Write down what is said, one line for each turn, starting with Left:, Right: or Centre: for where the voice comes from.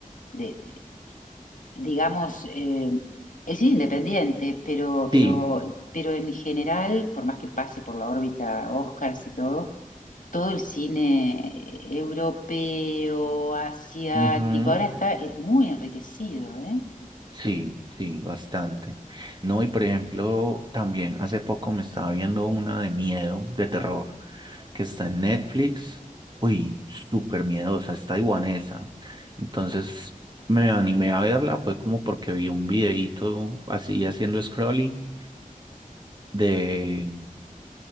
Left: de, digamos, eh, el cine independiente, pero, pero,
Right: Sí.
Left: pero en general, por más que pase por la órbita Oscars y todo, todo el cine eh, europeo, asiático,
Right: ujú,
Left: ahora está eh, muy enriquecido, ¿eh?
Right: Sí, sí, bastante. No, y por ejemplo, también hace poco me estaba viendo una de miedo, de terror. que está en Netflix. Uy, súper miedosa, es taiwanesa. Entonces me animé a verla, fue como porque vi un videíto así haciendo scrolling de,